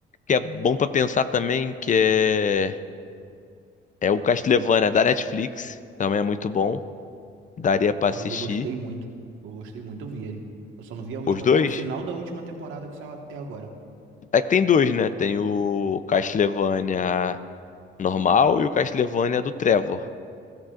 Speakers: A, on the left; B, on the right.
A: que é bom pra pensar também, que é é o Castlevania da Netflix, também é muito bom. Daria pra
B: Ah,
A: assistir
B: ele eu gostei muito. Eu gostei muito, eu vi ele. Eu só não vi a última,
A: os dois.
B: ao final da última temporada que saiu até agora.
A: É que tem dois, né? Tem o Castlevania normal e o Castlevania do Trevor.